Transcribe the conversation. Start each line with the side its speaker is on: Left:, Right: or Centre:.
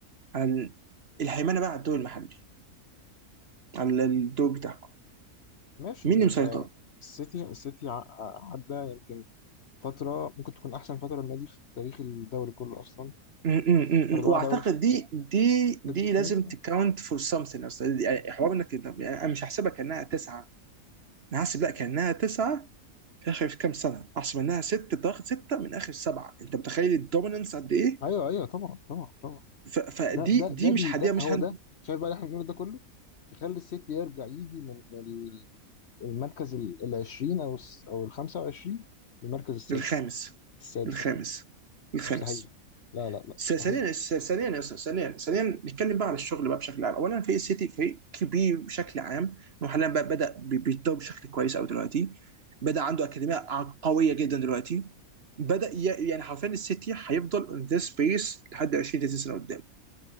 Right: على ال- الهيمنه بقى على الدوري المحلي على الدوري بتاعكم
Left: ماشي
Right: مين
Left: ال-
Right: اللي مسيطر؟
Left: السيتي السيتي ع- عدى يمكن فترة ممكن تكون أحسن فترة للنادي في تاريخ الدوري كله أصلا
Right: م- م- م-
Left: أربعة
Right: م. واعتقد
Left: دوري في
Right: دي دي دي
Left: ست سنين
Right: لازم
Left: صح؟
Right: تكاونت فور something اصلا يعني حوار انك أنت- يعني انا مش هحسبها كانها تسعه انا هحسب لا كانها تسعه في اخر كام سنه احسب انها ست تاخد سته من اخر سبعه انت متخيل الدوميننس قد ايه؟
Left: أيوه أيوه طبعا طبعا طبعا
Right: ف- فدي
Left: ده ده
Right: دي
Left: ده بي
Right: مش
Left: ده
Right: هديها مش
Left: هو
Right: هن...
Left: ده شايف بقى اللي إحنا بنقوله ده كله يخلي السيتي يرجع يجي من ال- المركز ال ال 20 أو الس- أو ال 25 للمركز السادس
Right: الخامس
Left: السادس
Right: الخامس الخامس
Left: مستحيل لا لا لا
Right: س-
Left: مستحيل
Right: ثانيا س- ثانيا يا أستاذ، ثانيا ثانيا نتكلم بقى على الشغل بقى بشكل عام اولا فريق السيتي فريق كبير بشكل عام انه حاليا بقى بدا بي- بيتطور بشكل كويس قوي دلوقتي بدا عنده اكاديميه ع- قويه جدا دلوقتي بدا ي- يعني حرفيا السيتي هيفضل اون ذيس بيس لحد 20 30 سنه قدام